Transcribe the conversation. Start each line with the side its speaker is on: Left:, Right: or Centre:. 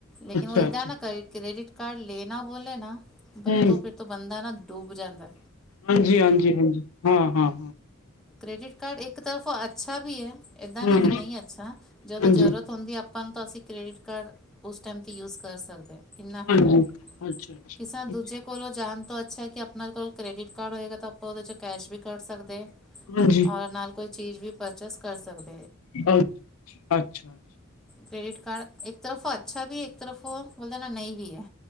Centre: ਲ਼ੇਕਿਨ
Left: ਅੱਛਾ,
Centre: ਉਹ ਏਦਾਂ
Left: ਅੱਛਾ
Centre: ਨਾ ਕਰੇ ਕ੍ਰੇਡਿਟ ਕਾਰਡ ਲੈਨਾ। ਬੋਲ਼ੇ ਨਾ ਪਹਿਲੇ
Left: ਹੂੰ
Centre: ਤੋਂ ਫ਼ਿਰ ਤੋਂ ਬਣਦਾ ਨਾਂ ਦੋ ਹਜ਼ਾਰ ਰੁਪਏ।
Left: ਹਾਂਜੀ, ਹਾਂਜੀ, ਹਾਂਜੀ, ਹਾਂ-ਹਾਂ।
Centre: ਕਰੇਡਿਟ ਕਾਰਡ ਇੱਕ ਤਰਫੋਂ ਅੱਛਾ ਵੀ। ਹੈ ਇੱਦਾਂ
Left: ਹੂੰ
Centre: ਨਹੀਂ ਕਿ ਨਹੀਂ ਅੱਛਾ, ਜਦੋਂ
Left: ਹਾਂਜੀ,
Centre: ਜ਼ਰੂਰਤ ਹੁੰਦੀ ਆਪਾਂ ਨੂੰ ਤਾਂ ਅਸੀਂ ਕ੍ਰੈਡਿਟ ਕਾਰਡ ਉਸ ਟਾਇਮ 'ਤੇ ਯੂਜ਼ ਕਰ। ਪੈਸਾ ਕਿੰਨਾਂ ਹੈਗਾ।
Left: ਹਾਂਜੀ, ਅੱਛਾ, ਅੱਛਾ,
Centre: ਕਿਸੇ
Left: ਅੱਛਾ, ਅੱਛਾ
Centre: ਦੂਜ਼ੇ ਕੋਲੋਂ ਜਾਂਣ ਤੋਂ ਅੱਛਾ ਹੈ, ਕਿ ਆਪਣਾ ਕੋਲ਼ ਕ੍ਰੈਡਿਟ ਕਾਰਡ ਹੋਏਗਾ ਤਾਂ ਆਪਾਂ ਉਹਦੇ ਚ ਕੈਸ਼। ਵੀ ਕੱਢ ਸੱਕਦੇ,
Left: ਹਾਂਜੀ,
Centre: ਔਰ ਨਾਲ਼ ਕੋਈ ਚੀਜ਼ ਵੀ ਪਰਚੇਸ ਕਰ ਸੱਕਦੇ।
Left: ਅੱਛਾ-ਅੱਛਾ।
Centre: ਕ੍ਰੈਡਿਟ ਕਾਰਡ ਇੱਕ ਤਰਫੋਂ ਅੱਛਾ ਵੀ ਹੈ, ਇੱਕ ਤਰਫੋਂ ਬੋਲ ਦੇਣਾ ਨਹੀਂ ਵੀ ਹੈਂ।